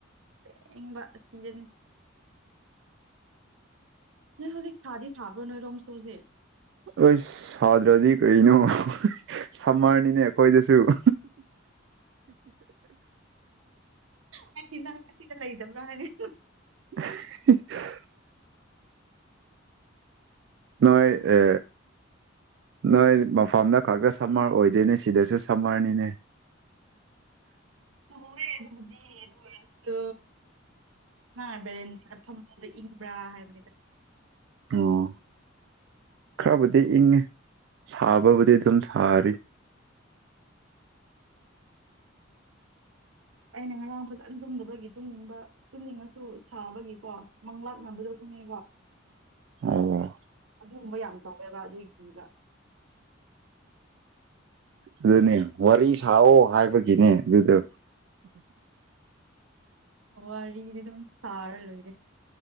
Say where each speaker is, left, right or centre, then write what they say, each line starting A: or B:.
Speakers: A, on the right (about 85°); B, on the right (about 60°).
A: ꯑꯁꯦꯡꯕ ꯑꯁꯤꯗꯅꯤ ꯅꯣꯏ ꯍꯧꯖꯤꯛ ꯁꯥꯗꯤ ꯁꯥꯕ꯭ꯔꯣ ꯅꯣꯏ ꯔꯣꯝꯁꯨ ꯍꯧꯖꯤꯛ
B: ꯎꯏꯁ ꯁꯥꯗ꯭ꯔꯗꯤ ꯀꯩꯅꯣ ꯁꯝꯃꯔꯅꯤꯅꯦ ꯑꯩꯈꯣꯏꯗꯁꯨ <inaudible>
A: ꯍꯥꯏꯗꯤ ꯅꯪ ꯉꯁꯤꯗ ꯂꯩꯗꯕ꯭ꯔꯣ ꯍꯥꯏꯔ
B: <unintelligible> ꯅꯣꯏ ꯑ ꯅꯣꯏ ꯃꯐꯝꯗ ꯈꯛꯇ ꯁꯝꯃꯔ ꯑꯣꯏꯗꯦꯅꯦ ꯁꯤꯗꯁꯨ ꯁꯝꯃꯔꯅꯤꯅꯦ
A: ꯆꯨꯝꯃꯦ ꯑꯗꯨꯕꯨꯗꯤ ꯑꯗꯨ ꯑꯣꯏꯔꯁꯨ ꯃꯥ ꯕꯦꯔꯦꯟꯗ ꯐꯝꯕꯗ ꯏꯪꯕ꯭ꯔꯥ ꯍꯥꯏꯕꯅꯤꯗ
B: ꯑꯣ ꯈꯔꯕꯨꯗꯤ ꯏꯪꯉꯤ ꯁꯥꯕꯕꯨꯗꯤ ꯑꯗꯨꯝ ꯁꯥꯔꯤ
A: ꯑꯩꯅ ꯉꯔꯥꯡ ꯐꯖꯅ ꯇꯨꯝꯗꯕꯒꯤ ꯇꯨꯝꯅꯤꯡꯕ ꯇꯨꯝꯅꯤꯡꯉꯁꯨ ꯁꯥꯕꯒꯤꯀꯣ ꯃꯪꯪꯂꯥꯛꯅꯕꯗꯣ ꯑꯗꯨꯅꯤꯕ
B: ꯍꯣꯏꯅꯦ
A: ꯑꯗꯨꯒꯨꯝꯕ ꯌꯥꯝ ꯇꯧꯋꯦꯕ ꯑꯗꯨꯏ ꯀꯤꯕ
B: ꯑꯗꯨꯅꯦ ꯋꯥꯔꯤ ꯁꯥꯑꯣ ꯍꯥꯏꯕꯒꯤꯅꯦ ꯑꯗꯨꯗꯣ
A: ꯋꯥꯔꯤꯗꯤ ꯑꯗꯨꯝ ꯁꯥꯔ ꯂꯣꯏꯔꯦ